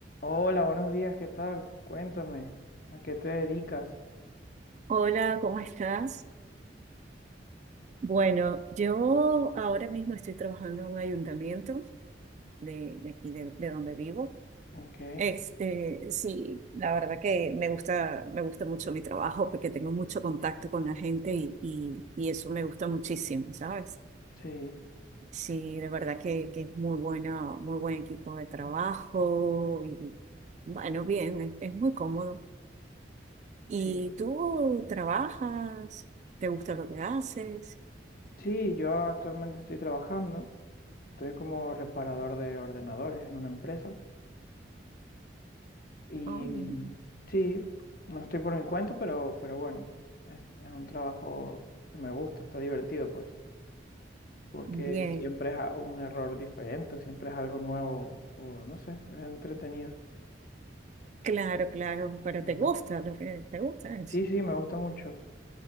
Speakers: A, on the left (about 50°); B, on the right (about 40°).
A: Hola, buenos días, ¿qué tal? Cuéntame, ¿a qué te dedicas?
B: Hola, ¿cómo estás? Bueno, yo ahora mismo estoy trabajando en un ayuntamiento de, de aquí de, de donde vivo.
A: Ok,
B: Este, sí, la verdad que me gusta, me gusta mucho mi trabajo porque tengo mucho contacto con la gente y, y, y eso me gusta muchísimo, ¿sabes?
A: sí,
B: Sí, la verdad que, que es muy buena, muy buen equipo de trabajo y bueno, bien, es, es muy cómodo. ¿Y
A: sí.
B: tú trabajas? ¿Te gusta lo que haces?
A: Sí, yo actualmente estoy trabajando, estoy como reparador de ordenadores en una empresa y
B: Oh, bien.
A: mm, sí, no estoy por mi cuenta, pero, pero bueno, es, es un trabajo que me gusta, está divertido pues, porque
B: Bien,
A: siempre es a- un error diferente, siempre es algo nuevo o no sé, es entretenido.
B: claro, claro, pero
A: Ujú.
B: te gusta lo que te gusta eso.
A: Sí, sí, me gusta mucho.